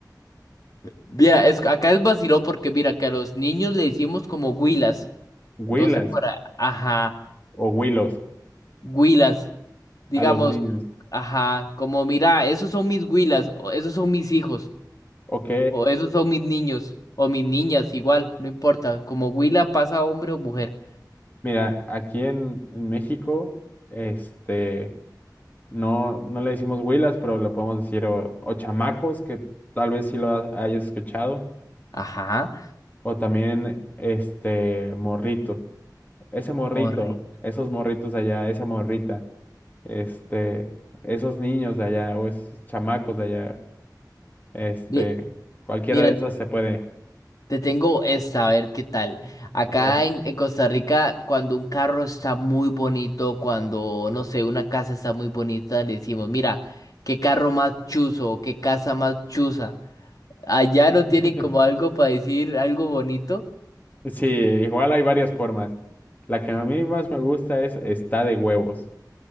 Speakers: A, on the left; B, on the left.
A: Mira, es, acá es vaciló porque mira que a los niños le decimos como huilas.
B: Huilas
A: No sé para, ajá,
B: o huilos
A: huilas. Digamos,
B: a los niños.
A: ajá, como mira, esos son mis huilas, o esos son mis hijos,
B: Ok,
A: o esos son mis niños, o mis niñas, igual, no importa. Como huila pasa hombre o mujer.
B: mira, aquí en, en México, este, No, no le decimos huilas, pero le podemos decir o, o chamacos, que tal vez sí lo ha- hayas escuchado,
A: Ajá,
B: o también este morrito. Ese morrito,
A: morri.
B: esos morritos de allá, esa morrita, este, esos niños de allá, o esos chamacos de allá, este,
A: Mi-
B: cualquiera
A: Mira,
B: de esas
A: te
B: se puede.
A: te tengo esta, a ver qué tal. Acá
B: saber.
A: en, en Costa Rica, cuando un carro está muy bonito, cuando, no sé, una casa está muy bonita, le decimos, mira, qué carro más chuzo, o qué casa más chuza. Allá no tienen
B: <laughs>
A: como algo para decir algo bonito.
B: Sí, igual hay varias formas. La que a mí más me gusta es está de huevos.